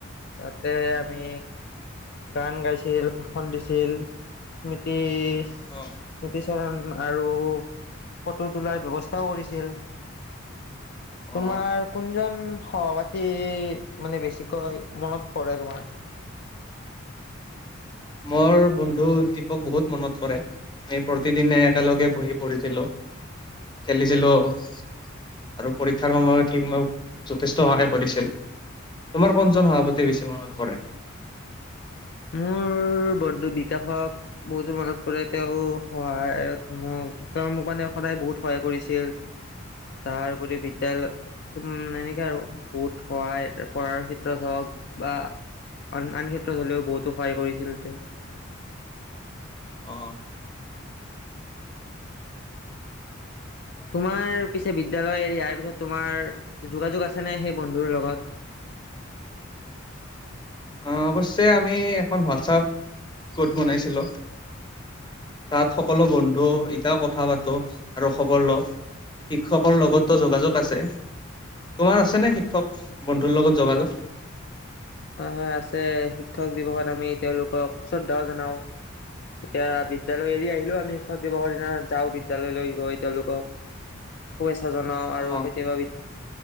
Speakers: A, on the left; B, on the left.
A: তাতে আমি গান গাইছিল ভাষন দিছিল স্মৃতি স্মৃতি
B: অ
A: চৰণ আৰু ফটো তোলাৰ ব্য্ৱস্থাও কৰিছিল
B: অ
A: তোমাৰ কোনজন সহপাঠী মানে বেছিকৈ মনত পৰে তোমাৰ
B: মোৰ বন্ধু দীপক বহুত মনত পৰে আমি প্ৰতিদিনে একেলগে পঢ়ি পঢ়িছিলো খেলিছিলো আৰু পৰীক্ষাৰ সময়ত সি মোক যথেষ্ট সহায় কৰিছিল তোমাৰ কোনজন সভাপতি বেছি মনত পৰে
A: মোৰ বন্ধু বিকাশক বহুতো মনত পৰে তেওঁ সহায়ত মোক তেওঁ মোক মানে সদায় বহুত সহায় কৰিছিল তাৰপৰি বিদ্য়ালয় ত এনেকে আৰু বহুত সহায় পঢ়াৰ ক্ষেত্ৰত হওক বা আন আন ক্ষেত্ৰত হলেও বহুতো সহায় কৰিছিল তেওঁ
B: অ
A: তোমাৰ পিছে বিদ্যালয় ইয়াৰ পিছত। তোমাৰ যোগাযোগ আছেনে সেই বন্ধুৰ লগত?
B: অ', অৱশ্যে আমি এখন হোৱাটছআপ গোট বনাইছিলোঁ। তাত সকলো বন্ধু এতিয়া কথা পাতো আৰু খবৰ লওঁ। শিক্ষকৰ লগতো যোগাযোগ আছে। তোমাৰ আছেনে শিক্ষক, বন্ধুৰ লগত যোগাযোগ?
A: হয়, হয় আছে শিক্ষক দিৱসত আমি তেওঁলোকক শ্ৰদ্ধাও জনাওঁ। এতিয়া বিদ্যালয় এৰি আহিলো আমি শিক্ষক দিৱসৰ দিনা যাওঁ বিদ্যালয়লৈ, গৈ তেওঁলোকক। শুভেচ্ছা জনাওঁ আৰু
B: অ'।
A: কেতিয়াবা বি।